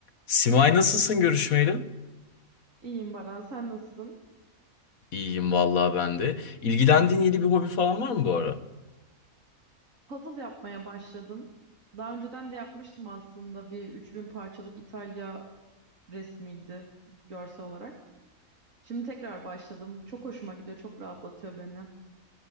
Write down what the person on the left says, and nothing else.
Simay nasılsın görüşmeyeli?
İyiyim vallahi ben de. İlgilendiğin yeni bir hobi falan var mı bu ara?